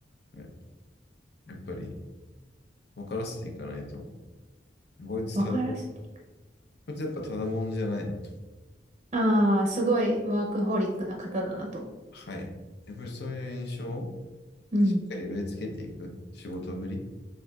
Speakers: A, on the left; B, on the right.
A: はい。やっぱり、分からせていかないと、こいつた
B: わからせていく。
A: これってやっぱただもんじゃないなと。
B: ああ、すごいワークホリックな方だなと。
A: はい。やっぱりそういう印象を
B: うん。
A: しっかり植え付けていく仕事ぶり。